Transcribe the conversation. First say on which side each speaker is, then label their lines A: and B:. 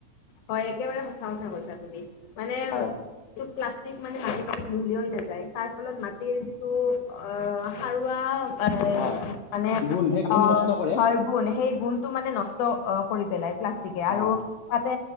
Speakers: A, on the left (about 85°); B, on the left (about 70°).
A: হয় একেবাৰে সঁচা কথা কৈছা তুমি মানে
B: হয়
A: প্লাষ্টিক মিহলি। নাযায় তাৰ ফলত মাটিৰ যিটো অ সাৰুৱা। এ
B: হয়
A: মানে
B: গুণ সেই গুণ
A: অ
B: নষ্ট কৰে
A: হয় গুণ সেই গুণটো মানে নষ্ট। কৰি পেলাই। প্লাষ্টিকে আৰু
B: অঁ
A: তাতে।